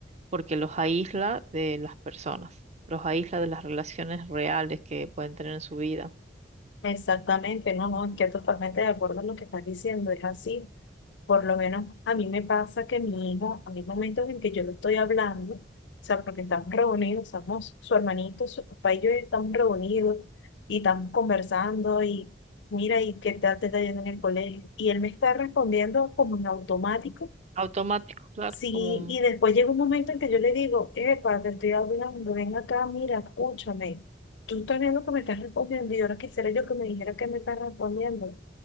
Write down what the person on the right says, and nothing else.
porque los aísla de las personas, los aísla de las relaciones reales que pueden tener en su vida.
Automático, claro,
como un...